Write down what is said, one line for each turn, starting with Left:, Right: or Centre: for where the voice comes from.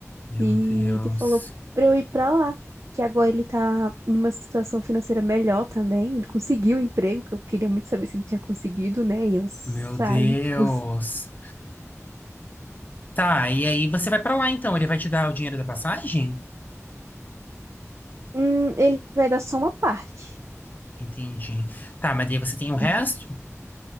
Left: Meu
Right: E
Left: Deus,
Right: ele falou pra eu ir pra lá, que agora ele tá numa situação financeira melhor também. Ele conseguiu o emprego, que eu queria muito saber se ele tinha conseguido, né? E eu saí,
Left: meu Deus.
Right: tipo, <laughs>
Left: Tá, e aí você vai pra lá então? Ele vai te dar o dinheiro da passagem?
Right: hum, ele vai dar só uma parte.
Left: Entendi. Tá, mas daí você tem o resto?
Right: Hum.